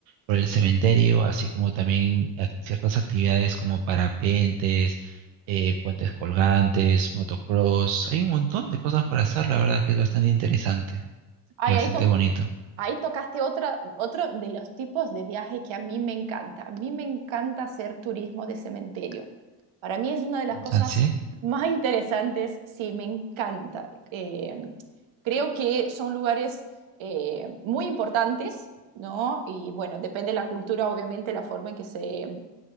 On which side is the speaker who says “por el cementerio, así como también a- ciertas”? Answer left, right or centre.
Right